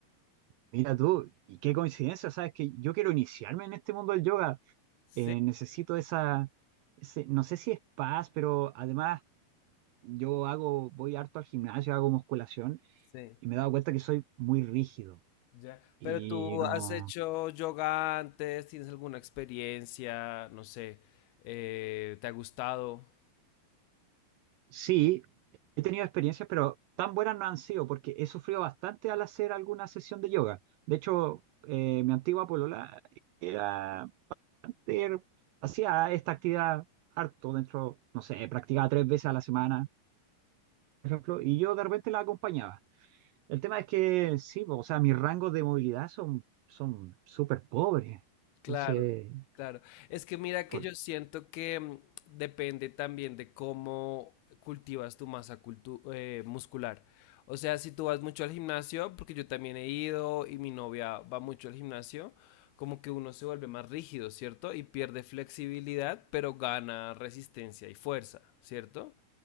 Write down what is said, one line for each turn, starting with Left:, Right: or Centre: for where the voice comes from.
Right: Mira tú, y qué coincidencia, sabes que yo quiero iniciarme en este mundo del yoga.
Left: Sí,
Right: Eh, necesito esa, ese- no sé si es paz, pero además yo hago, voy harto al gimnasio, hago musculación
Left: Sí.
Right: y me he dado cuenta que soy muy rígido
Left: Ya.
Right: y
Left: Pero tú
Right: no.
Left: has hecho yoga antes, ¿tienes alguna experiencia? No sé, eh, ¿te ha gustado?
Right: Sí, he tenido experiencias, pero tan buenas no han sido porque he sufrido bastante al hacer alguna sesión de yoga. De hecho, eh, mi antigua polola era, era- hacía esta actividad harto dentro, no sé, practicaba tres veces a la semana, por ejemplo, y yo de repente la acompañaba. El tema es que sí, o sea, mis rangos de movilidad son son súper pobres.
Left: Claro,
Right: Entonces,
Left: claro. Es que mira
Right: por-
Left: que yo siento que mm, depende también de cómo cultivas tu masa cultu- eh, muscular. O sea, si tú vas mucho al gimnasio, porque yo también he ido y mi novia va mucho al gimnasio, como que uno se vuelve más rígido, ¿cierto? Y pierde flexibilidad, pero gana resistencia y fuerza, ¿cierto?